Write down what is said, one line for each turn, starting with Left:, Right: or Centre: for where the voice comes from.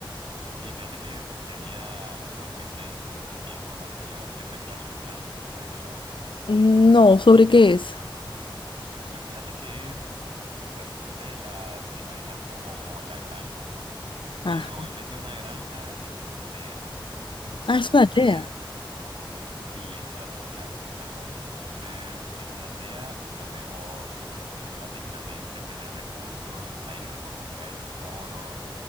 Right: Sí, fíjate que tenía uno que es bien, bien conocido. Es el Clash of Clans. ¿Lo has escuchado?
Left: Mm, No, ¿sobre qué es?
Right: Pues fíjate que es, o sea, ves la, te imaginas como la granja, pero
Left: Ah,
Right: en vez de una granja es una aldea. Entonces,
Left: ah, es una aldea.
Right: sí, es Clash of Clans. Entonces, es una aldea donde vos básicamente tenés recursos. Ahí los recursos que hay son oro,